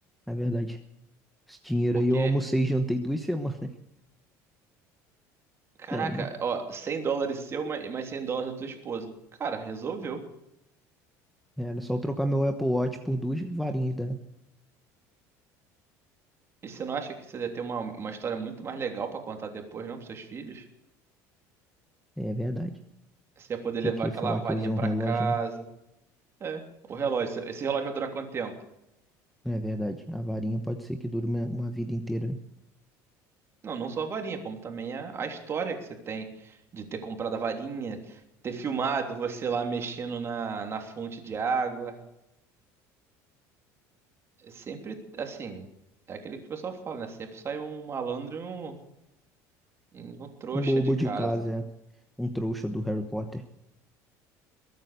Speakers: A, in the centre; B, on the right.
A: é verdade. Esse dinheiro
B: porque,
A: aí eu almocei e jantei duas semanas. <laughs>
B: caraca,
A: É, mas
B: ó, 100 dólares seu, ma- e mais 100 dólares da tua esposa. Cara, resolveu.
A: era só eu trocar meu Apple Watch por duas varinhas da.
B: E você não acha que você ia ter uma, uma história muito mais legal pra contar depois, não, pros seus filhos?
A: É verdade.
B: Você ia poder levar
A: Do que
B: aquela
A: falar
B: varinha
A: que eu usei
B: pra
A: um relógio,
B: casa.
A: né?
B: É, o relógio, esse esse relógio vai durar quanto tempo?
A: É verdade. A varinha pode ser que dure uma, uma vida inteira. né?
B: Não, não só a varinha, como também a, a história que você tem de ter comprado a varinha, ter filmado você lá mexendo na, na fonte de água. É Sempre, assim, é aquele que o pessoal fala, né? Sempre sai um malandro e um, e um trouxa
A: Um bobo
B: de casa.
A: de casa, é. Um trouxa do Harry Potter.